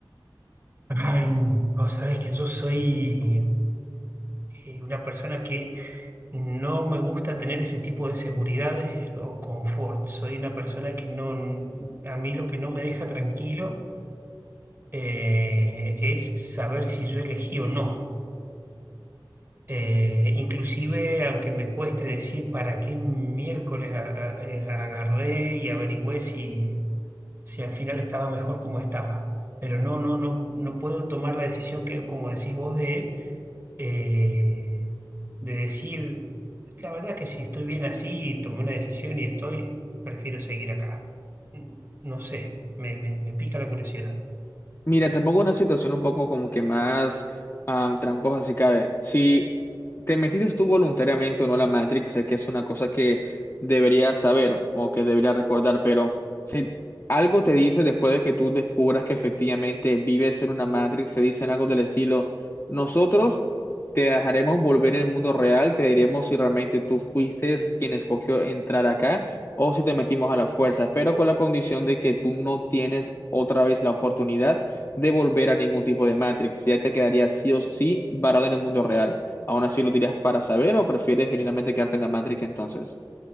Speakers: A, on the right; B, on the left.
A: Ay, vos sabés que yo soy eh, una persona que no me gusta tener ese tipo de seguridades o confort. Soy una persona que no, a mí lo que no me deja tranquilo. eh, es saber si yo elegí o no. Eh, inclusive, aunque me cueste decir para qué miércoles a- a- eh, agarré y averigüé si, si al final estaba mejor como estaba. Pero no, no, no, no puedo tomar la decisión que, como decís vos, de, eh, de decir, la verdad que si estoy bien así y tomé una decisión y estoy, prefiero seguir acá. No sé, me, me me pica la curiosidad.
B: Mira, te pongo una situación un poco como que más am, tramposa, si cabe. Si te metiste tú voluntariamente o no a la Matrix, sé que es una cosa que deberías saber o que deberías recordar, pero si algo te dice después de que tú descubras que efectivamente vives en una Matrix, se dicen algo del estilo, nosotros te dejaremos volver al mundo real, te diremos si realmente tú fuiste quien escogió entrar acá o si te metimos a la fuerza, pero con la condición de que tú no tienes otra vez la oportunidad de volver a ningún tipo de Matrix. Ya te quedarías sí o sí varado en el mundo real. ¿Aún así lo dirías para saber o prefieres genuinamente quedarte en la Matrix entonces?